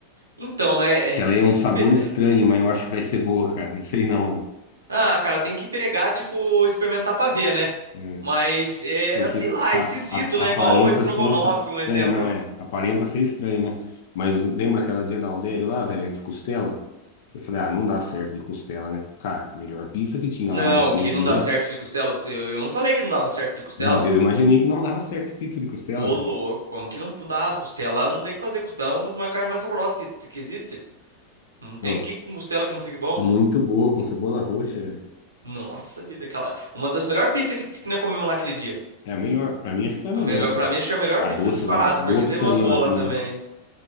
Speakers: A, on the right (about 75°); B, on the left (about 55°).
A: Então, mas é,
B: Que ela é
A: tem
B: um sabor
A: que, espe-
B: estranho, mas eu acho que vai ser boa, cara. Não sei não,
A: ah, cara, tem que pegar, tipo, experimentar pra ver, né?
B: velho.
A: Mas
B: É,
A: é,
B: porque
A: sei lá,
B: pa-
A: é esquisito,
B: a-
A: né?
B: aparenta
A: Igual o estrogonofe,
B: ser um. sa-
A: um exemplo.
B: É, não é. Aparenta ser estranho, né? Mas lembra aquela dia da Aldério lá, velho, de costela? Eu falei, ah, não dá certo de costela, né? Cara, melhor pizza que tinha
A: Não,
B: lá naquele
A: que
B: dia.
A: não dá certo de costela. Eu eu não falei que não dava certo de costela.
B: Não, eu imaginei que não dava certo pizza de costela,
A: Ô,
B: velho.
A: louco, como que não dá? Costela não tem o que fazer. Costela é um, uma carne mais saborosa que, que existe. Não tem
B: Não,
A: que com costela que não fique bom.
B: muito boa, com cebola roxa, velho.
A: Nossa vida, aquela. Uma das melhores pizzas que, que nós comemos lá aquele dia.
B: É a melhor. Pra mim, acho que foi a
A: A
B: melhor,
A: melhor, pra
B: cara.
A: mim, acho que é a melhor
B: A
A: pizza
B: doce
A: disparado,
B: lá, tá- boa
A: porque
B: pizzaria
A: teve umas boas
B: lá também.
A: lá também.